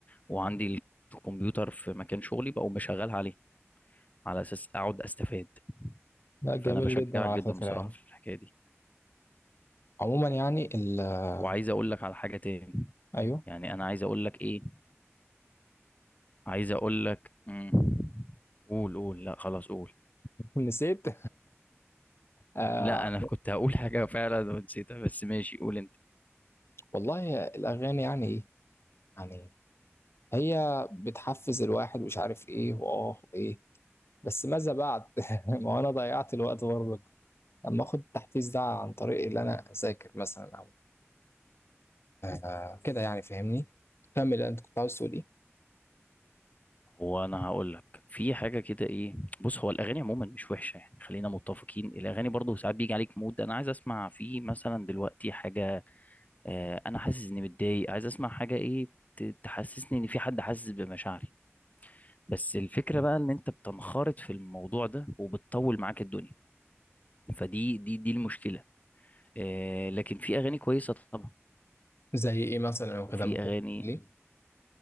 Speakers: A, on the left; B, on the left.
A: وعندي الكمبيوتر في مكان شغلي بقوم بشغلها عليه على اساس اقعد استفاد
B: لا جميل
A: فانا بشجعك
B: جدا على
A: جدا
B: فكرة
A: بصراحه
B: يعني
A: في الحكايه دي
B: عموما يعني ال آه،
A: وعايز اقول لك على حاجه تاني
B: أيوه
A: يعني انا عايز اقول لك ايه عايز اقول لك مم. قول قول لا خلاص قول
B: <laughs> نسيت <laughs> آه
A: لا انا كنت هقول حاجه فعلا ونسيتها بس ماشي قول انت
B: والله الأغاني يعني إيه؟ يعني هي بتحفز الواحد مش عارف إيه وآه وإيه بس ماذا بعد؟ <laughs> ما هو أنا ضيعت الوقت برضك لما آخد التحفيز ده عن طريق اللي أنا أذاكر مثلا أو آه كده يعني فاهمني؟ كمل أنت كنت عاوز تقول إيه؟
A: هو انا هقول لك في حاجه كده ايه بص هو الاغاني عموما مش وحشه يعني خلينا متفقين الاغاني برضو ساعات بيجي عليك مود انا عايز اسمع فيه مثلا دلوقتي حاجه آه انا حاسس اني متضايق عايز اسمع حاجه ايه ت- تحسسني ان في حد حاسس بمشاعري بس الفكره بقى ان انت بتنخرط في الموضوع ده وبتطول معاك الدنيا فدي دي دي المشكله آه لكن في اغاني كويسه طبعا
B: زي إيه مثلا أو
A: وفي
B: كده ممكن
A: اغاني
B: ليه؟